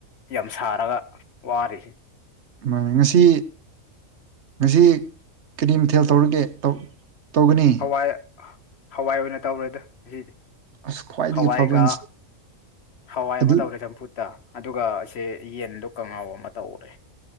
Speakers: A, on the left (about 55°); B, on the right (about 60°).
A: ꯌꯥꯝ ꯁꯥꯔꯒ ꯋꯥꯔꯤꯔꯤꯁꯤ
B: ꯃꯥꯟꯅꯦ ꯉꯁꯤ ꯉꯁꯤ ꯀꯔꯤ ꯃꯊꯦꯜ ꯇꯧꯔꯒꯦ ꯇꯧ-ꯇꯧꯒꯅꯤ
A: ꯍꯋꯥꯏ-ꯍꯋꯥꯏ ꯑꯣꯏꯅ ꯇꯧꯔꯦꯗ ꯉꯁꯤꯗꯤ
B: ꯑꯁ ꯈ꯭ꯋꯥꯏꯗꯒꯤ
A: ꯍꯋꯥꯏꯒ-
B: ꯐꯕ ꯏꯟꯁ
A: ꯍꯋꯥꯏ
B: ꯑꯗꯨ
A: ꯑꯃ ꯇꯧꯔꯦ ꯆꯝꯐꯨꯠ ꯇ ꯑꯗꯨꯒꯁꯦ ꯌꯦꯟꯗꯣ ꯀꯥꯉꯧ ꯑꯃ ꯇꯧꯔꯦ